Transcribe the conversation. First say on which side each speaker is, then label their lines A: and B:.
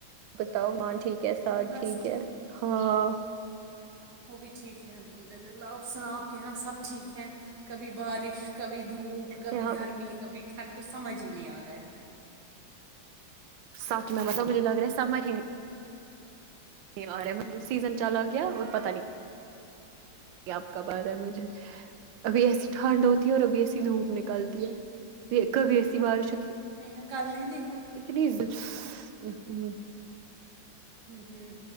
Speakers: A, on the right; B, on the right.
A: بتاؤ ہاں ٹھیک ہے ساتھ
B: بس
A: ٹھیک ہے ہاں
B: وہب بھی ٹھیک ہے الحمد للہ آپ سناؤ کہ سب ٹھیک ہے کبھی بارش کبھی دھوپ کبھی
A: یہاں
B: گرمی کبھی تل کوچھ سمجھ ہی نہیں آ رہا ہے
A: سچ میں متب مجھے لگ رہا سمجھ ہی نہیں آ رہا سیزن چلا گیا اور پت نہیں آپ کا بار ہے مجھے ابھی ایسی ٹھڈ ہوتی ہے اور ابھی ایسی دھوپ نک نکالتی ہے کبھی ایسی بارش ہوتی ہے
B: نہیں کل نہیں دیک
A: اتنی ہ
B: انھوہ نی